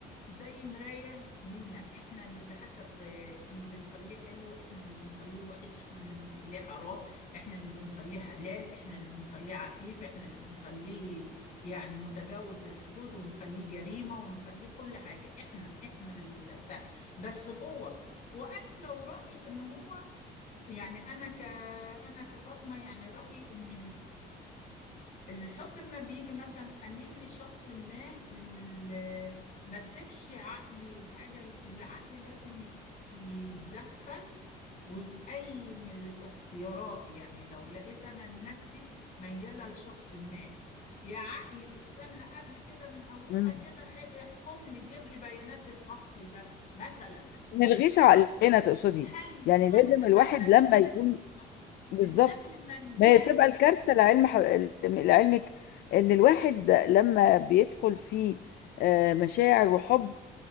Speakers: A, on the left; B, on the left.
A: زي مراية لينا احنا اللي بحسب اللي بنخليه حلو احنا اللي بنخليه وحش احنا اللي بنخليه حرام احنا اللي بنخليه حلال احنا اللي بنخليه عفيف احنا اللي بنخليه يعني متجاوز الحدود ونخليه جريمة ونخليه كل حاجة احنا احنا اللي بتاع بس هو وانا لو رأيي ان هو يعني انا ك انا كفاطمة يعني رأيي ان الحب ما بيجي مثلا اميل لشخص ما اللي ما سيبش عقلي وحاجه العقل لازم يت- يتدخل ويقيم الاختيارات يعني لو لقيت انا نفسي مياله لشخص ما يا عقلي استنى قبل كده من اولها
B: مم.
A: كده إيه- احكم لي جيب لي بيانات الاخ ده مثلا
B: نلغيش عقلنا تقصدي
A: هل
B: يعني
A: هل
B: لازم الواحد
A: ما ما الغيش
B: لما يكون
A: ما-
B: بالظبط
A: من قبل ما نجرف
B: ما هي تبقى الكارثة لعلم ح- لعلمك ان الواحد لما بيدخل في آه، مشاعر وحب